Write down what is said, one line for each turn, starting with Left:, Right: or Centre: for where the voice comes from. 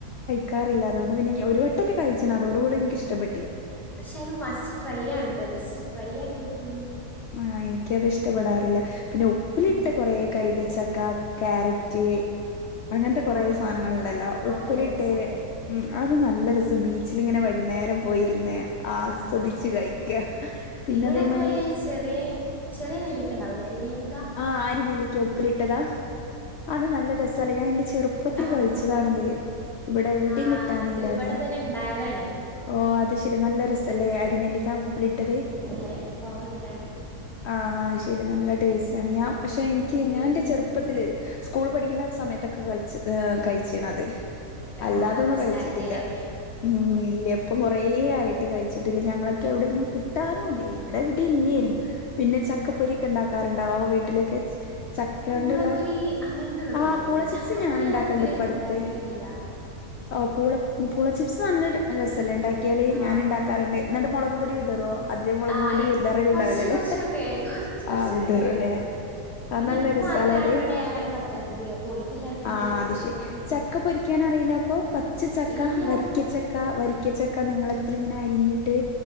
Left: ക്കറിയ്ല്ല അതുകൊണ്ട് പിന്നെ ഞാ ഒരു വട്ടൊക്കെ കഴ്ച്ച്ണ് അതോടുകൂടി എനികിഷ്ടപെ
Centre: പശേ അത് മസ്റ്റ് ട്രൈ ആണ്ട്ടോ ചേച്ചി ട്രൈയക്കി <unintelligible>
Left: ആ എനിക്കത് ഇഷ്ടപെടാറില്ല പിന്നെ ഉപ്പിലിട്ട
Centre: ആ
Left: കൊറേ കൈതച്ചക്ക ക്യാരറ്റ് അങ്ങൻത്തെ കൊറേ
Centre: ആ ആ
Left: സാനങ്ങളുണ്ടല്ലോ
Centre: ആ,
Left: ഉപ്പിലിട്ടേ
Centre: അതല്ല രസാണേ
Left: ഉം അത് നല്ല നല്ല രസം ബീച്ചിലിങ്ങനെ വൈകുന്നേരം പോയിര്ന്ന് ആസ്വദിച്
Centre: ആ
Left: കൈക്കാ പിന്നേ
Centre: ഇവിടെപ്പോ
Left: തേമായ്രി
Centre: മറ്റേ ചെറിയ ചെറിയ നെല്ലിക്കണ്ടാവൂല്ലെ അരി നെല്ലി
Left: ആ ആരിനെല്ലിക്ക ഉപ്പിലിട്ടതാ അത് നല്ല രസാ <unintelligible> ഞാ ന്റെച്ച് ചെറുപ്പത്തില്
Centre: ആ
Left: കയിച്ചതാണത്
Centre: ആ
Left: ഇവിടെ എവിടേം
Centre: ആ
Left: കിട്ടാനില്ലത്
Centre: അത് ഇവിടെ തന്നെ ഇണ്ടായതാണേ
Left: ഓ അത് ശെരി നല്ല രെസല്ലേ അരിനെല്ലിക്ക
Centre: ഉം
Left: ഉപ്പിലിട്ടത്
Centre: നല്ല മുളകൊക്കെ ഇട്ടാണ്ട്
Left: ആഹ് ആ ശെരി നല്ല ടേസ് റ്റാണ് ഞാ പഷേ എന്ക്ക്
Centre: അത്
Left: ഞാ എന്റെ ചെറുപ്പത്തില് സ്കൂള് പഠിക്കുന്ന സമയത്തൊക്കെ കളിച്ച് കൈച്ചിണത്
Centre: ആ
Left: അല്ലാതൊന്നും
Centre: ആ നൊസ്റ്റാൾജിയല്ലേ
Left: കൈച്ചിട്ടില്ല ഉം ഇല്യ ഇപ്പം കൊറേ ആയിട്ട് കൈച്ചിട്ടില്ല ഞങ്ങകെവിടേന്നും കിട്ടാനുവില്ല ഇവിടെവിടേം ഇല്ല്യേനു പിന്നെ ചക്കപൊരിയ്ക്കെ
Centre: ആ
Left: ഇണ്ടാക്ക് പറഞ്ഞു ആ വീട്ടിലൊക്കെ വെച് ചക്കയൊണ്ടിളെ
Centre: പൂളപൊരി അങ്ങനത്തെ ഇതൊക്കെ
Left: ആ
Centre: ഉണ്ടാക്കലുണ്ട്
Left: പൂള ചിപ്സ്
Centre: ചക്കപ്പൊരി
Left: ഞാനിണ്ടാക്കണ്ട്
Centre: ഞാൻ ഇതുവരെയായിട്ട്
Left: ഇപ്പടുത്
Centre: ഉണ്ടാക്കി നോക്കില്ല
Left: ആ പൂള് പുളി ചിപ്സ് <unintelligible> അനസ് ല്ലാം ഇണ്ടാക്കിയാല്
Centre: ആ
Left: ഞാനിണ്ടാകാറിണ്ട് എന്നിട്ട് മൊളക് പൊടി വിതറ്വോ
Centre: ഇസ്-
Left: അതില് മൊളകുപൊടി
Centre: ആ ഇ
Left: വിതറുണ്ടാവില്ലല്ലെ
Centre: കുറച്ച് കുറച്ചൊക്കെ കുറച്ച് കുറച്ചൊക്കെ
Left: ആഹ് തരും
Centre: ഇങ്ങനെ
Left: അല്ലേ
Centre: എഴുതരും
Left: ആ
Centre: പിന്നെ
Left: നല്ല
Centre: ഇൻക്ക്
Left: രസാല്ലെ
Centre: മാത്രാണ്
Left: അത്
Centre: ഇവിടെ അങ്ങനെ പറ്റാത്തത് അപ്പൊ ഓൽക്കെല്ലാർക്കും
Left: ആ
Centre: മേരിയൊക്കെ
Left: അത്ശെരി
Centre: പറ്റ്ണോണ്ട്
Left: ചക്ക പൊരിക്കാനറിയില്ലപ്പോ പച്ചച്ചക്ക
Centre: ഇല്ല
Left: വരിക്കച്ചക്ക വരിക്കച്ച ക്കെ നിങ്ങളത്തിലിങ്ങനെ അരിഞ്ഞിട്ട്